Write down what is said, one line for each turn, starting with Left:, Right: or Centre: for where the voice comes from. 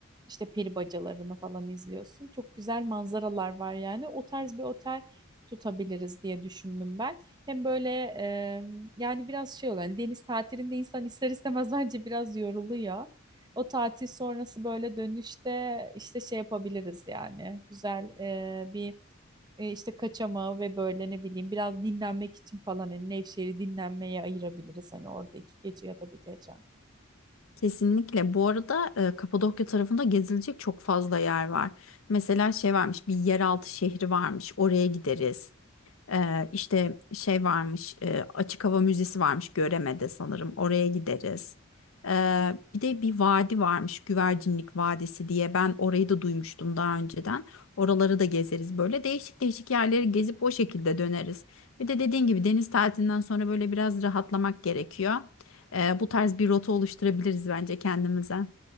Right: İşte peri bacalarını falan izliyorsun. Çok güzel manzaralar var yani. O tarz bir otel tutabiliriz diye düşündüm ben. Hem böyle e, yani biraz şey olan deniz tatilinde insan ister istemez <laughs> bence biraz yoruluyor. O tatil sonrası böyle dönüşte işte şey yapabiliriz yani. Güzel e, bir e, işte kaçamağı ve böyle ne bileyim biraz dinlenmek için falan hani Nevşehir'i dinlenmeye ayırabiliriz hani orada iki gece ya da bir gece.
Left: Kesinlikle. Bu arada e, Kapadokya tarafında gezilecek çok fazla yer var. Mesela şey varmış, bir yeraltı şehri varmış. Oraya gideriz. Ee, işte şey varmış, e, açık hava müzesi varmış Göreme'de sanırım. Oraya gideriz. Ee, bir de bir vadi varmış Güvercinlik Vadisi diye. Ben orayı da duymuştum daha önceden. Oraları da gezeriz böyle. Değişik değişik yerleri gezip o şekilde döneriz. Bir de dediğin gibi deniz tatilinden sonra böyle biraz rahatlamak gerekiyor. Ee, bu tarz bir rota oluşturabiliriz bence kendimize.